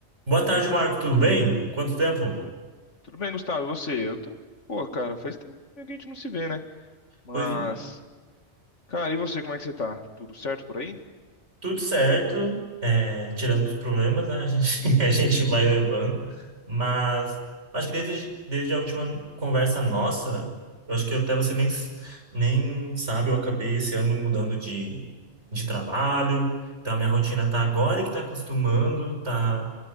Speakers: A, on the right (about 75°); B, on the left (about 85°).
A: Boa tarde, Marco. Tudo bem? Quanto tempo?
B: Tudo, tudo bem, Gustavo? E você? Eu tô. Pô, cara, faz tempo que a gente não se vê, né? Mas.
A: Pois é,
B: Cara, e você, como é que você tá? Tudo certo por aí?
A: tudo certo, é, tirando os problemas, né? A gente, <laughs> a gente vai levando, mas acho que desde, desde a última conversa nossa, eu acho que até você nem, s- nem sabe, eu acabei esse ano mudando de, de trabalho, então a minha rotina tá agora que tá acostumando, tá,